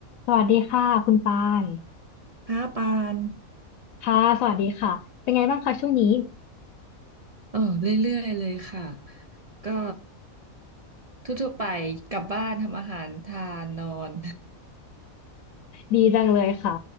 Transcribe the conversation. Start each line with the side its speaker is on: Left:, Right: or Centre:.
Left: สวัสดีค่ะคุณปาง
Right: ค่ะปาน
Left: ค่ะสวัสดีค่ะเป็นไงบ้างคะช่วงนี้
Right: เออเรื่อยๆเลยค่ะ ก็ทั่วๆไปกลับบ้านทำอาหารทานนอน
Left: ดีจังเลยค่ะ